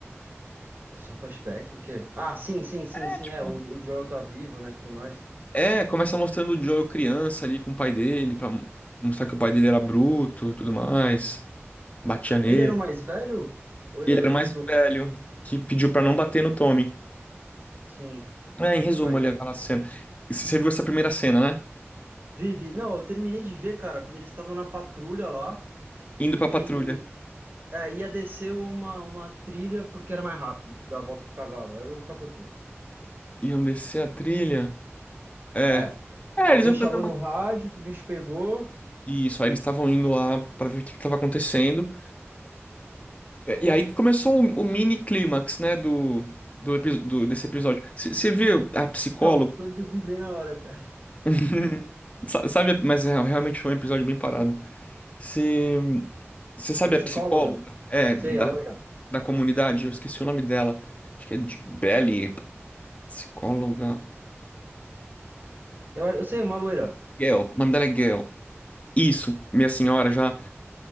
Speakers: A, on the right; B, on the left.
A: Só flashback? O quê? Ah, sim, sim, sim,
B: É,
A: sim,
B: tipo.
A: é. O, o Joel tá vivo, né, e tudo mais.
B: É, começa mostrando o Joel criança ali com o pai dele, pra mostrar que o pai dele era bruto, tudo mais. Batia nele.
A: Ele era o mais velho? Ou ele
B: Ele
A: era
B: era
A: o
B: o
A: mais
B: mais
A: novo?
B: velho, que pediu pra não bater no Tommy.
A: Sim.
B: É, em
A: E
B: resumo,
A: o pai...
B: ali aquela cena. C- Você viu essa primeira cena, né?
A: Vive. Não, eu terminei de ver, cara, quando eles estavam na patrulha lá
B: Indo pra
A: e...
B: patrulha.
A: Aí ia descer uma, uma trilha porque era mais rápido do que dar a volta com o cavalo. Aí eu capotei.
B: Iam descer a trilha. É.
A: É.
B: É,
A: Alguém
B: eles iam
A: chamou
B: fazer uma.
A: no rádio que o bicho pegou.
B: Isso, aí eles estavam indo lá pra ver o que que tava acontecendo. É, E aí começou o, o mini clímax, né, do, do, epi- do- desse episódio. Você viu a psicóloga?
A: Então, foi dormir bem na hora, cara.
B: <laughs> Sa- Sabe, mas é, realmente foi um episódio bem parado. Você sabe
A: A psicóloga?
B: a psicóloga? É, da,
A: Sei, a loira.
B: da comunidade, eu esqueci o nome dela. Acho que é de Belly, psicóloga.
A: Eu, eu sei, uma loira.
B: Gail, o nome dela é Gail. Isso, minha senhora já.